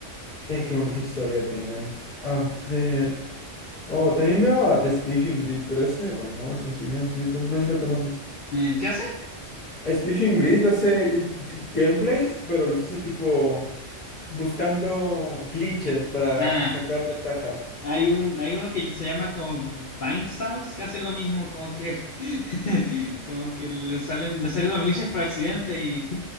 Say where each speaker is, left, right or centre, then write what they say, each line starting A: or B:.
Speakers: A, on the left (about 35°); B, on the left (about 55°).
A: Eh, qué bonita historia tienen. A ver. Oh, también veo a The Speaking Breed, pero ese, bueno, no es un cine, es YouTube. No sé si lo conoces.
B: Eh, ¿qué hace?
A: Speaking Breed hace eh, gameplays, pero los hace tipo. buscando glitches para
B: Ah,
A: sacar ventaja.
B: hay un, hay uno que se llama como House que hace lo mismo, como que, <laughs> como que le salen, le salen los glitches por accidente y,